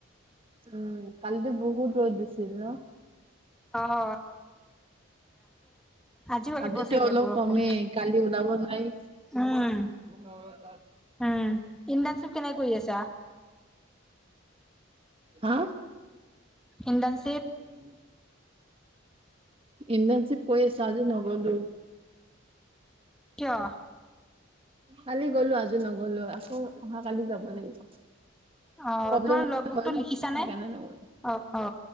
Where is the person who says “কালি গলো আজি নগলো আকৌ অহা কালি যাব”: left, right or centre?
Right